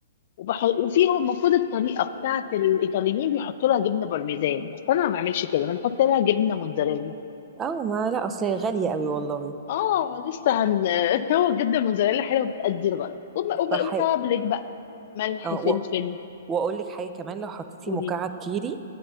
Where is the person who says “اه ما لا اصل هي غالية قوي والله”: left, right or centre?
Right